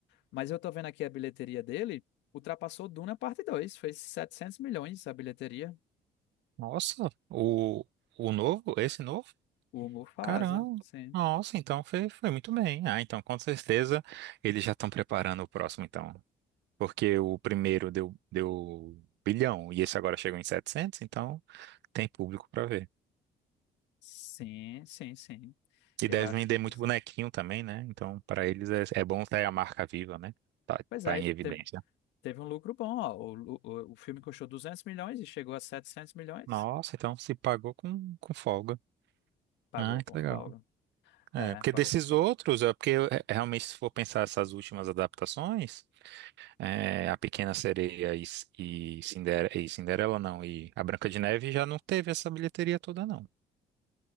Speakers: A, on the left; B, on the right.
A: Mas eu tô vendo aqui a bilheteria dele, ultrapassou Duna parte dois fez 700 milhões a bilheteria.
B: Nossa, o, o novo, esse novo?
A: O Mufasa,
B: Caramba.
A: sim.
B: Nossa, então foi, foi muito bem. Ah, então com certeza eles já estão preparando o próximo, então. Porque o primeiro deu, deu bilhão e esse agora chegou em 700 então tem público para ver.
A: Sim, sim, sim.
B: E
A: Eu
B: deve
A: acho
B: vender
A: que isso
B: muito bonequinho
A: é.
B: também, né? Então, para eles é, é bom ter a marca viva, né? Tá,
A: Pois
B: tá
A: é,
B: em evidência.
A: teve, teve um lucro bom, ó. O, o, o filme custou 200 milhões e chegou a 700 milhões.
B: Nossa, então se pagou com, com folga.
A: Pagou
B: Ah,
A: com
B: que legal.
A: folga.
B: É,
A: É,
B: porque
A: pagou
B: desses
A: com folga.
B: outros, é porque é, realmente se for pensar essas últimas adaptações, é, a Pequena Sereia e, e, Cinder- e Cinderela, não, e a Branca de Neve já não teve essa bilheteria toda, não.